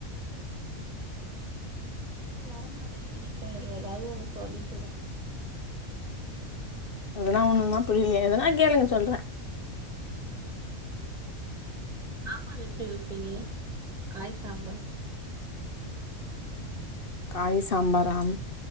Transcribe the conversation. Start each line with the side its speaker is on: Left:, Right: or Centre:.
Right: உம் எதுவு வர மாட்டேங்குது நீ ஏதாது ஒன்னு சொலி கூடே
Left: எதனா ஒன்னுன்னா புரியலையே எதுனா கேளுங்க சொல்றே
Right: ஆம்பார் எப்படி வைப்பீங்க காய் சாம்பார் <inaudible>
Left: காய் சாம்பாரா